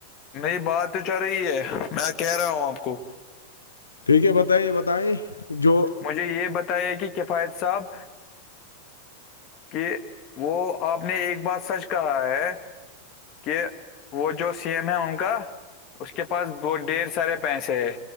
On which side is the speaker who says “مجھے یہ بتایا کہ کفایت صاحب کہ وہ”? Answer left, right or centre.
Left